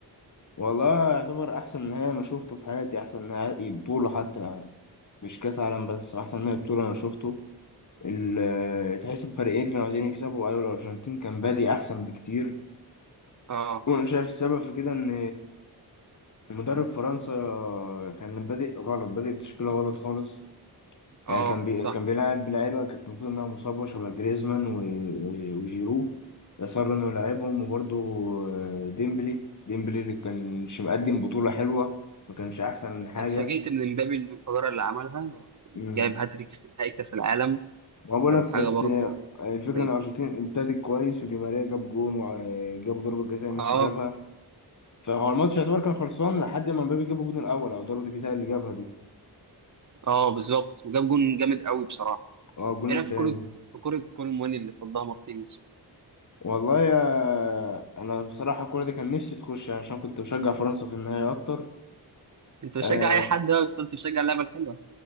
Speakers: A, on the left; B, on the right.
A: والله يعتبر أحسن نهائي أنا شفته في حياتي أحسن نهائي بطولة حتى يعني مش كأس عالم بس أحسن نهائي بطولة أنا شفته ال- آه، تحس الفريقين كانوا عايزين يكسبوا أيوة الأرجنتين كان بادي أحسن بكتير
B: اه
A: وأنا شايف السبب في كده إن مدرب فرنسا كان بادئ غلط بادئ بتشكيلة غلط خالص
B: اه
A: يعني كان بي...
B: صح
A: كان بيلعب لعيبه كانت المفروض انها مصابه شبه جريزمان و... و... وجيرو اصر انه يلعبهم وبرده ديمبلي ديمبلي اللي كانش مقدم بطوله حلوه ما كانش احسن حاجه
B: اتفاجئت من امبابي الانفجارة اللي عملها جايب
A: مم.
B: هاتريك في نهائي كأس العالم
A: ما بقولك
B: كانت حاجة
A: بس
B: برضه
A: آه، الفكره
B: غريبة
A: ان الارجنتين ابتدت كويس ودي ماريا جاب جون وجابوا ضربه جزاء ميسي
B: اه
A: جابها فهو الماتش يعتبر كان خلصان لحد ما مبابي جاب الجون الاول او ضربه الجزاء اللي جابها دي
B: اه بالظبط وجاب جون جامد قوي بصراحة
A: اه الجون
B: ايه رأيك
A: التاني
B: في كرة في كرة كولر مواني اللي صدها مارتينيز
A: والله يا انا بصراحه الكوره دي كان نفسي تخش يعني عشان كنت بشجع فرنسا في النهايه اكتر
B: انت بتشجع
A: أه
B: اي حد بقى انت بتشجع اللعبه الحلوه